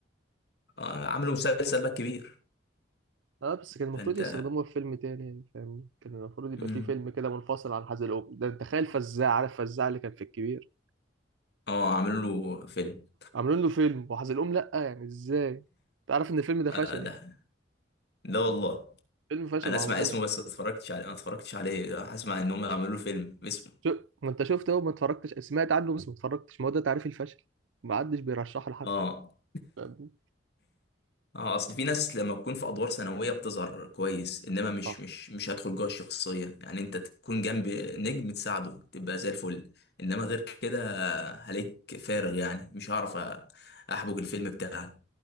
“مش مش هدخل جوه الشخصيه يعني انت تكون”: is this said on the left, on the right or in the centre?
Left